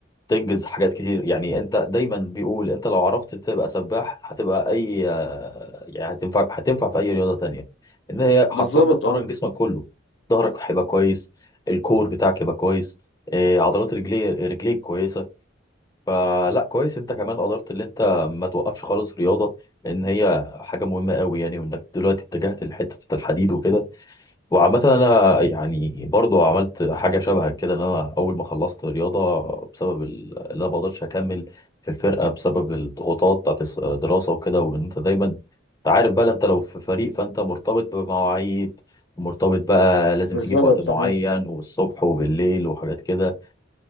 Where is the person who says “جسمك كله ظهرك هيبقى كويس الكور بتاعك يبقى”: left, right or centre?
Left